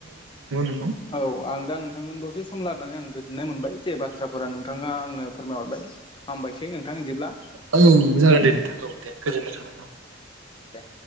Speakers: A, on the right; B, on the left.
A: नंगौ
B: औ आं दा नोंथांजों दसे सम लानानै आं गोजोननाय मोनबाय जे बाथ्राफोरा नोंथाङा आंनो फोरमाय हरबाय हामबायसै नोंथां बिदिब्ला
A: औ जागोन दे नोंथां औ दे गोजोननाय थाबाय औ।
B: दे